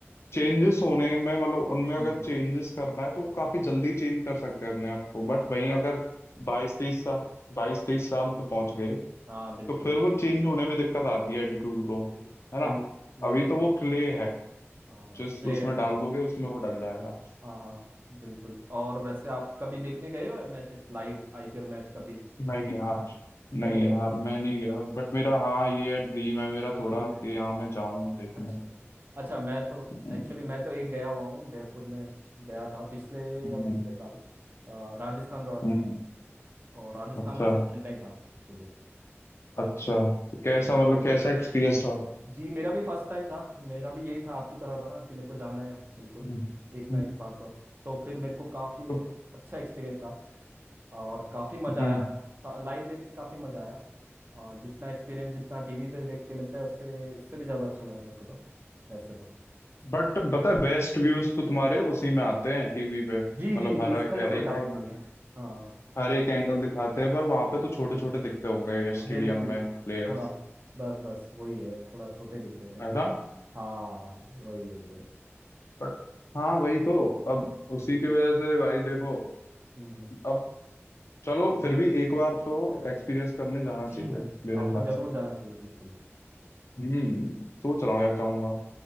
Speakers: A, on the left (about 65°); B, on the right (about 45°).
A: चेंजेस होने में मतलब उनमें अगर
B: हम्म हम्म,
A: चेंजेस करना है तो वो काफी जल्दी चेंज कर सकते हैं अपने आप
B: बिल्कुल
A: को बट
B: अपने
A: वहीं
B: आप
A: अगर
B: का
A: बाईस
B: हाँ
A: तेईस साल बाईस तेईस साल पे पहुंच गए
B: हाँ बिल्कुल
A: तो फिर वो चेंज होने में दिक्कत आती है एटीट्यूड को
B: बिल्कुल
A: है ना
B: बिल्कुल बिल्कुल
A: अभी तो वो
B: बिल्कुल
A: क्ले है
B: हाँ हाँ
A: जिस
B: अगले
A: उसमें
B: हैं।
A: डाल दोगे उसमें वो डल जाएगा
B: हाँ हाँ बिल्कुल और वैसे आप कभी देखने गए हो मैचेस लाइव आईपीएल मैच कभी
A: नहीं
B: नहीं
A: नहीं
B: गए
A: यार
B: हो
A: मैं नहीं गया बट मेरा हाँ ये है ड्रीम है मेरा थोड़ा
B: फ्री में
A: कि हाँ मैं जाऊं देखने
B: अच्छा अच्छा अच्छा मैं तो
A: हम्म
B: एक्चुअली मैं तो एक गया हुआ हूँ जयपुर में गया था पिछले
A: हम्म,
B: या पिछले साल अ, राजस्थान रॉयल
A: हम्म।
B: का मैच, और राजस्थान
A: अच्छा
B: वर्सेस चेन्नई था एक्चुअली
A: अच्छा कैसा मतलब कैसा एक्सपीरियंस रहा
B: जी मेरा भी फर्स्ट टाइम था मेरा भी यही था आपकी तरह था ना कि मेरे को जाना है बिल्कुल
A: हम्म,
B: एक
A: हम्म,
B: ना एक बार तो तो फिर मेरे को काफ़ी
A: तो
B: अच्छा एक्सपीरियंस रहा और काफ़ी मज़ा
A: हम्म
B: आया लाइव देख के काफ़ी मज़ा आया अ, जितना एक्सपीरियंस जितना टीवी पे देख के मिलता है उससे उससे भी ज़्यादा अच्छा लगा मेरे को तो वैसे तो
A: बट पता है बेस्ट व्यूज तो तुम्हारे उसी में आते हैं टीवी पे मतलब
B: जी जी जी
A: हर
B: इसमें तो
A: हर
B: कोई
A: एक
B: डाउट
A: एंगल
B: नहीं है हाँ
A: हर एक एंगल दिखाते हैं पर वहां पे तो छोटे छोटे दिखते होंगे
B: हाँ,
A: स्टेडियम
B: बिल्कुल
A: में
B: हाँ
A: प्लेयर्स
B: थोड़ा बस बस वही है थोड़ा छोटे दिख रहे थे
A: है ना
B: हाँ वही वही वही
A: पर- हाँ भाई तो अब उसी की वजह से भाई देखो
B: हम्म
A: अब चलो फिर भी एक बार तो एक्सपीरियंस करने जाना
B: हम्म। जी
A: चाहिए
B: जी जी
A: मेरे
B: आपको
A: हिसाब से
B: जरूर जाना चाहिए बिल्कुल
A: हम्म सोच रहा हूँ यार जाऊंगा